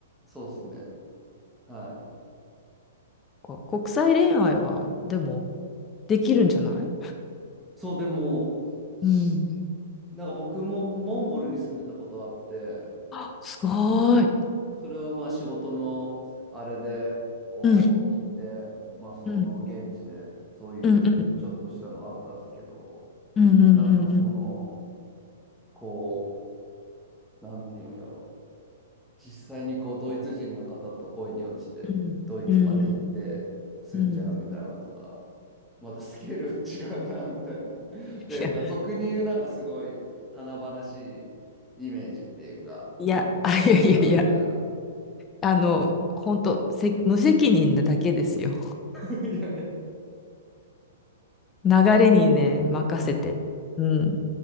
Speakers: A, in the centre; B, on the left.
A: そうですね。はい。
B: こ国際恋愛は、でも、できるんじゃない
A: そう、でも、し
B: うん。
A: なんか僕もモンゴルに住んでたことあって、
B: あ、すごい。
A: それはまあ仕事のあれで、こう行って、
B: うん、
A: まあその現地でそういうちょっとしたのあったっすけど、
B: うん、うん、うん、うん、うん、
A: なんかその、
B: うん、
A: こう、なんていうんやろ。実際にこうドイツ人の方と恋に落ちてドイツまで行って住んじゃうみたいなとかまたスケールが違うなみたいな。
B: うん、うん、うん。
A: <laughs> でか俗に言うなんかすごい華々しいイメージっていうかやっぱあるなみたいな。
B: いや、いや、あ、いやいやいや、あの、本当、せ、無責任なだけですよ。
A: <laughs> いやい
B: 流れにね、任せて、
A: やはい、
B: うん、